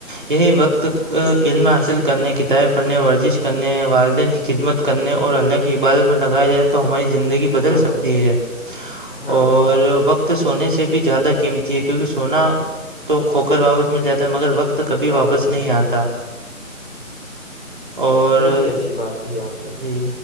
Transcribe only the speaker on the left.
ہاں
بھائی جان
ہاں
بھائی جان
ہاں
بھائی جان
بہت ہی اچھی بات کی آپ نے